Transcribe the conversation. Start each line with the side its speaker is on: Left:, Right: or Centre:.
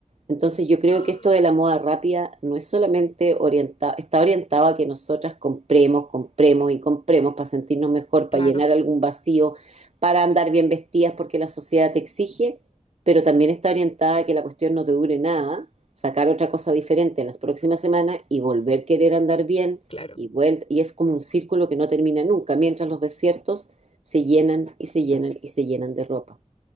Right: Entonces yo creo
Left: Ah,
Right: que esto de la moda rápida no es solamente orientado, está orientado a que nosotras compremos, compremos y compremos para sentirnos mejor,
Left: claro,
Right: para llenar algún vacío, para andar bien vestidas porque la sociedad te exige, pero también está orientada a que la cuestión no te dure nada, sacar otra cosa diferente en las próximas semanas y volver a querer andar bien
Left: claro,
Right: y vuelta, y es como un círculo que no termina nunca, mientras los desiertos se llenan y se llenan y se llenan de ropa,